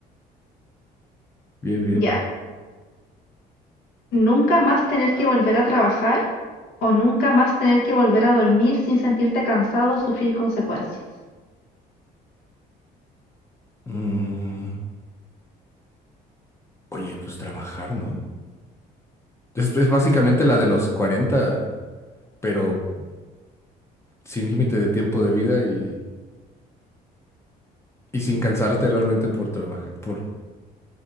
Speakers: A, on the left (about 15°); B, on the left (about 80°).
A: Bien, bien.
B: ya. ¿Nunca más tener que volver a trabajar? ¿O nunca más tener que volver a dormir sin sentirte cansado o sufrir consecuencias?
A: Mm, oye, pues trabajar, ¿no? Es, es básicamente la de los cuarenta pero sin límite de tiempo de vida y, y sin cansarte realmente por trabajar. Por,